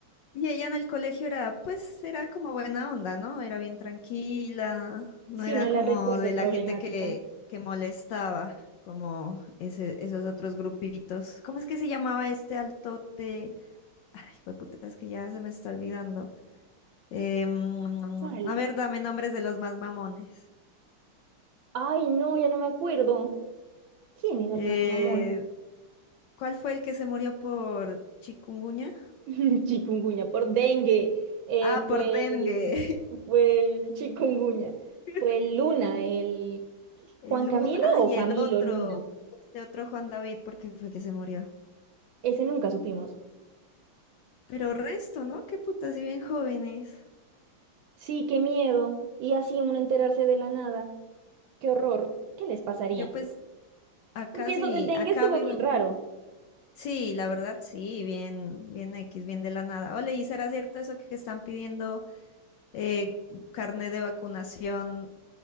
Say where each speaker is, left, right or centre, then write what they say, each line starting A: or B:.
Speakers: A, on the left (about 70°); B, on the right (about 70°).
A: y ella en el colegio era, pues, era como buena onda, ¿no? Era bien tranquila, no
B: Sí,
A: era
B: no
A: como
B: la recuerdo
A: de la
B: problemática.
A: gente que, que molestaba, como ese, esos otros grupitos. ¿Cómo es que se llamaba este altote? Ay, puta, es que ya se me está olvidando. Eh, mm,
B: ¿Cuál?
A: a ver, dame nombres de los más mamones.
B: Ay, no, ya no me acuerdo. ¿Quién era
A: Eh,
B: el más mamón?
A: ¿cuál fue el que se murió por chikungunya?
B: <laughs> Chikungunya, por dengue, eh,
A: Ah,
B: fue
A: por dengue.
B: el, fue el chikungunya,
A: <laughs>
B: fue el Luna, el Juan
A: El
B: Camilo
A: uno, ah,
B: o
A: y
B: Camilo
A: el otro,
B: Luna,
A: este otro Juan David, ¿por qué fue que se murió.
B: ese nunca supimos.
A: Pero resto, ¿no? Qué puta, si bien jóvenes.
B: Sí, qué miedo, y así uno enterarse de la nada, qué horror, ¿qué les pasaría?
A: Yo pues acá
B: Porque
A: sí,
B: eso del dengue
A: acá
B: estuvo
A: viven.
B: bien raro,
A: Sí, la verdad, sí, bien, bien X, bien de la nada. Ole, ¿y será cierto eso que están pidiendo eh, carnet de vacunación